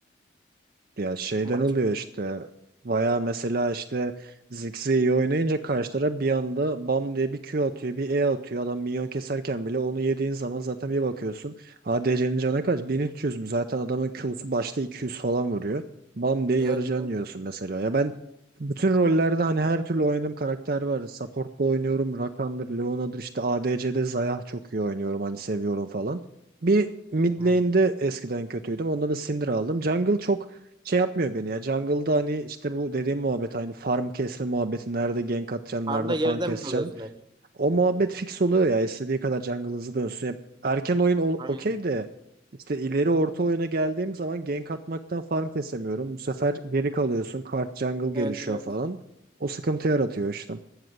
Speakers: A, on the right; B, on the right.
A: Ya şeyden
B: Baş...
A: oluyor işte. Baya mesela işte Ziggs'i iyi oynayınca karşı taraf bir anda bam diye bir Q atıyor, bir E atıyor. Adam minyon keserken bile onu yediğin zaman zaten bir bakıyorsun. ADC'nin canı kaç? 1300 mü? Zaten adamın Q'su başta 200 falan vuruyor. Bam diye
B: Evet
A: yarı can
B: evet.
A: yiyorsun mesela. Ya ben bütün rollerde hani her türlü oynadığım karakter var. Support'ta oynuyorum. Rakan'dır, Leona'dır işte ADC'de Zayah çok iyi oynuyorum. Hani seviyorum falan. Bir mid
B: Hı.
A: lane'de eskiden kötüydüm. Ondan da Syndra aldım. Jungle çok şey yapmıyor beni ya. Jungle'da hani işte bu dediğim muhabbet aynı farm kesme muhabbeti. Nerede gank atacaksın,
B: Farmda
A: nerede farm
B: geride
A: keseceksin.
B: mi kalıyorsun hep?
A: O muhabbet fix oluyor ya. istediği kadar jungle hızlı dönsün. Ya erken oyun ol-
B: Aynen.
A: okey de işte ileri orta oyuna geldiğim zaman gank atmaktan farm kesemiyorum. Bu sefer geri kalıyorsun. Kart jungle gelişiyor
B: Evet evet.
A: falan. O sıkıntı yaratıyor işte.